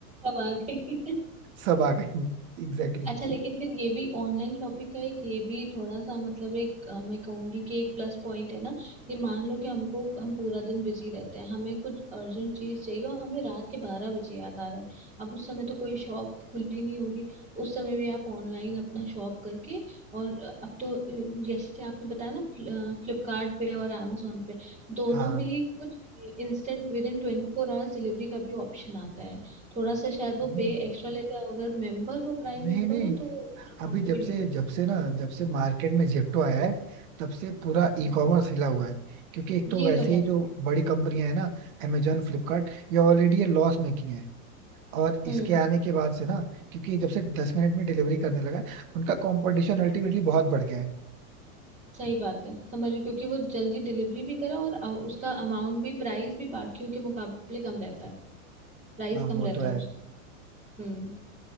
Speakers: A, on the right; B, on the right.
A: अब आ गई
B: सब आ गई Exactly
A: अच्छा
B: exactly.
A: लेकिन फिर ये भी ऑनलाइन शॉपिंग का एक ये भी थोड़ा सा मतलब एक अ, मैं कहूंगी कि एक प्लस पॉइंट है ना कि मान लो कि हमको हम पूरा दिन बिजी रहते हैं हमें कुछ अर्जेंट चीज चाहिए और हमें रात के बारह बजे याद आ रहा है अब उस समय तो कोई शॉप खुली नहीं होगी उस समय भी आप ऑनलाइन अपना शॉप करके और अब तो अ, जैसे आपने बताया ना फ्लिपकार्ट पे और amazon पे दोनों
B: हाँ
A: पे ही कुछ instant with in ट्वेंटी फोर hours delivery का भी ऑप्शन आता है थोड़ा सा शायद वो
B: नहीं
A: पे एक्स्ट्रा लेते हैं अगर मेंबर हो प्राइम
B: नहीं
A: मेंबर
B: नहीं
A: हो तो वो अमाउंट
B: अभी
A: भी
B: जब
A: नहीं
B: से
A: लेते
B: जब से ना जब से मार्केट में जेप्टो आया है तब से पूरा ई कॉमर्स हिला हुआ है क्योंकि एक तो
A: ये
B: वैसे
A: तो है
B: ही जो बड़ी कंपनियां हैं ना अमेजोन फ्लिपकार्ट ये ऑलरेडी ये लॉस मेकिंग है और
A: हम्म
B: इसके आने के बाद से ना क्योंकि जब से दस मिनट में डिलीवरी करने लगा है उनका कंपटीशन अल्टीमेटली बहुत बढ़ गया है
A: सही बात है समझ रही क्योंकि वो जल्दी डिलीवरी भी करे और अ, उसका अमाउंट भी प्राइस भी बाकियों के मुकाबले कम रहता है प्राइस
B: हाँ
A: कम
B: वो
A: रहता
B: तो है
A: है उसका हम्म